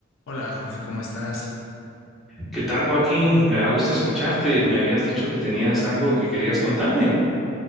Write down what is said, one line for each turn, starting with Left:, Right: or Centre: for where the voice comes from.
Left: Hola Jorge, ¿cómo estás?
Centre: ¿Qué tal, Joaquín? Me da gusto escucharte. Me habías dicho que tenías algo que querías contarme.